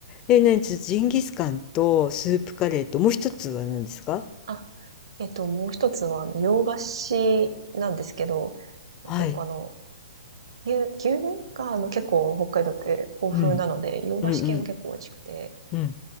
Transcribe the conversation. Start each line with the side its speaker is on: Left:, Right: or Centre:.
Left: え、何ちょっとジンギスカンとスープカレーと、
Right: うん、
Left: もう一つは何ですか
Right: あ、えっと、もう一つは、あの洋菓子なんですけど、
Left: はい。
Right: 結構あの、牛、牛乳が、あの、結構北海道って豊富なので、
Left: うん。
Right: 洋菓子系も結構美味しくて、
Left: うんうん。うん。